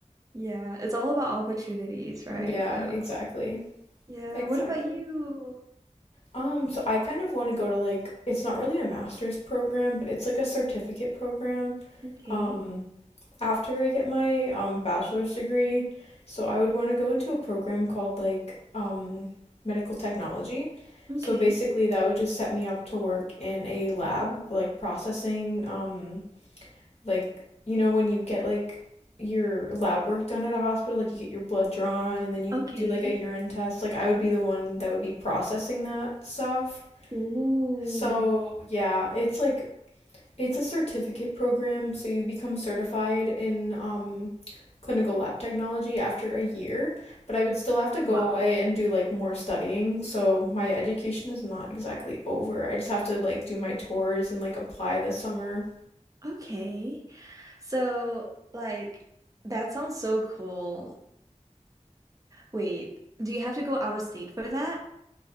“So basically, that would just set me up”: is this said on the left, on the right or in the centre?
Left